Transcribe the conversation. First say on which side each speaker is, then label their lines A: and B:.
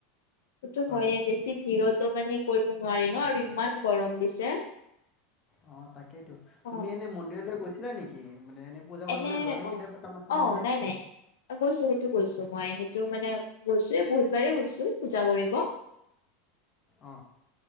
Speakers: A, on the left; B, on the left.
A: সেইটো
B: হয়
A: হয়য়ে বেছি ভিৰতো মানে কৰিব নোৱাৰি ন'
B: অ
A: আৰু ইমান গৰম দিছে।
B: অ তাকেইতো।
A: অ
B: তুমি এনে মন্দিৰলৈ গৈছিলা নেকি? মানে পূজা কৰিবলৈ
A: এনে
B: যোৱা নে
A: অ,
B: কেতিয়াবা কামাখ্যা
A: অ
B: মন্দিৰ
A: নাই নাই। গৈছো সেইটো গৈছো মই, সেইটো মানে গৈছোয়ে বহুত বাৰে গৈছো পূজা কৰি
B: অ।